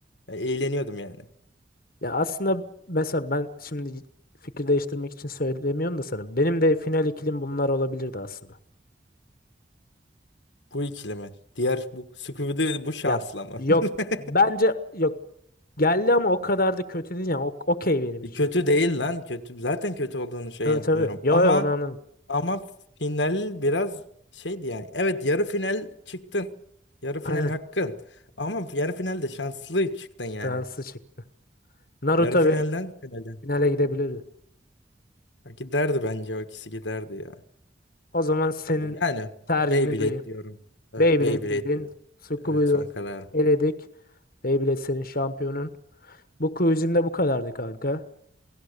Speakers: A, on the left; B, on the left.
A: Ya, eğleniyordum yani.
B: Ya aslında mesela ben şimdi fikir değiştirmek için söylemiyorum da sana. Benim de final ikilim bunlar olabilirdi aslında.
A: Bu ikili mi? Diğer bu Scooby-Doo bu şansla
B: Ya
A: mı?
B: yok
A: <laughs>
B: bence yok geldi ama o kadar da kötü değil yani. O- okey benim
A: E,
B: için.
A: Kötü değil lan kötü. Zaten kötü olduğunu şey
B: Tabii
A: yapmıyorum
B: tabii. Yo
A: ama
B: yo onu anladım.
A: ama final biraz şeydi yani. Evet yarı final çıktın. Yarı final
B: Aynen.
A: hakkın. Ama yarı finalde şanslı çıktın yani.
B: Fransız çık. Naruto
A: Yarı finalden
B: Beyblade
A: finale.
B: finale gidebilirdi.
A: Ha, Giderdi bence o ikisi giderdi ya.
B: O zaman senin
A: Yani
B: tercihini
A: Beyblade
B: duyayım.
A: diyorum. Evet
B: Beyblade
A: Beyblade
B: dedin.
A: diyorum.
B: Tsukuba'yı
A: Evet son kararım.
B: eledik. Beyblade senin şampiyonun. Bu quizim de bu kadardı kanka.